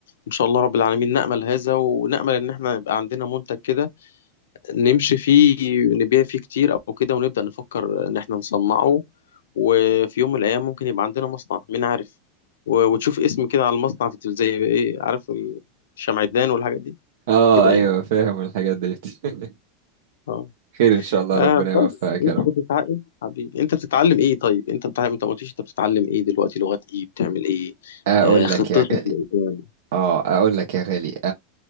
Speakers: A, on the left (about 85°); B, on the right (about 75°).
A: ان شاء الله رب العالمين نأمل هذا ونأمل ان احنا يبقى عندنا منتج كده نمشي فيه نبيع فيه كتير او كده ونبدأ نفكر ان احنا نصنعه وفي يوم من الايام ممكن يبقى عندنا مصنع مين عارف و- وتشوف اسم كده على المصنع في التلفزيون زي ايه عارف الشمعدان والحاجات دي
B: اه
A: كده
B: ايوه
A: يعني
B: فاهم الحاجات ديت <laughs>
A: اه
B: خير ان شاء الله
A: آه
B: ربنا
A: بس
B: يوفقك
A: انت
B: يا رب
A: بتتعلم حبيبي انت بتتعلم ايه طيب انت بتتعلم انت ما قلتليش انت بتتعلم ايه دلوقتي لغات ايه بتعمل ايه
B: اقول
A: آه خطتك
B: لك يا غالي
A: لقدام
B: اه اقول لك يا غالي